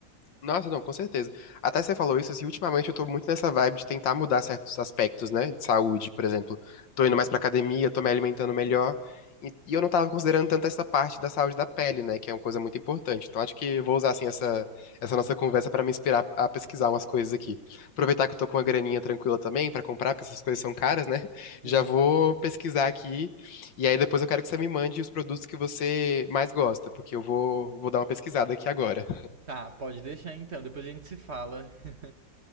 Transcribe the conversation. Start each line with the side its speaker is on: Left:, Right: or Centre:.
Left: Nossa, não, com certeza. Até você falou isso, assim, ultimamente eu tô muito nessa vibe de tentar mudar certos aspectos, né, de saúde, por exemplo. Tô indo mais pra academia, tô me alimentando melhor, e, e eu não tava considerando tanto essa parte da saúde da pele, né, que é uma coisa muito importante. Então acho que eu vou usar, assim, essa, essa nossa conversa pra me inspirar a pesquisar umas coisas aqui. Aproveitar que eu tô com uma graninha tranquila também pra comprar, porque essas coisas são caras, né, <laughs> já
Right: Sim.
Left: vou pesquisar aqui, e aí depois eu quero que você me mande os produtos que você mais gosta, porque eu vou, vou dar uma pesquisada aqui agora.
Right: Tá, pode deixar então. Depois a gente se fala. <laughs>